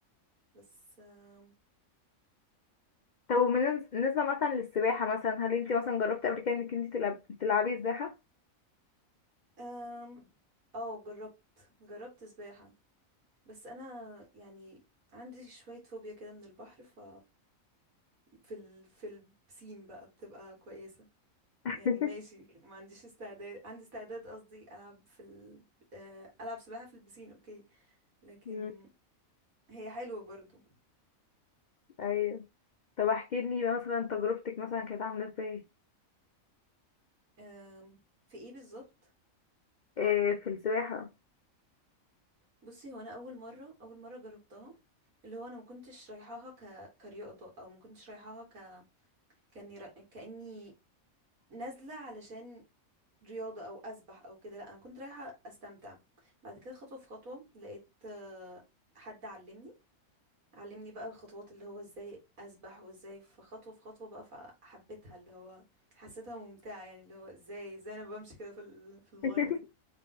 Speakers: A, on the right; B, on the left.
A: بس آم،
B: طب وبالنسبه مثلا للسباحه مثلا هل انتي مثلا جربتي قبل كده انك انتي تلعب... تلعبي سباحه
A: آم، اه جربت جربت سباحة بس انا يعني عندي شوية فوبيا كده من البحر ف في ال... في البسين بقى بتبقى كويسة
B: <laughs>
A: يعني ماشي ما عنديش استعداد عندي استعداد قصدي العب في ال... آه، العب سباحة في البسين اوكي لكن
B: مم.
A: هي حلوة برضو
B: ايوه طب احكي لي مثلا تجربتك مثلا كانت عامله ازاي
A: آم، في ايه بالظبط
B: إيه في السباحه
A: بصي هو انا اول مرة اول مرة جربتها اللي هو انا ما كنتش رايحاها ك... كرياضة او ما كنتش رايحاها ك... كاني ر... كاني نازلة علشان رياضة او اسبح او كده لا انا كنت رايحة استمتع بعد كده خطوة في خطوة لقيت آه، حد علمني علمني بقى الخطوات اللي هو ازاي اسبح وازاي في خطوه في خطوه بقى فحبيتها اللي هو حسيتها ممتعه يعني اللي هو ازاي ازاي انا بمشي كده في ال- في الميه
B: <laughs>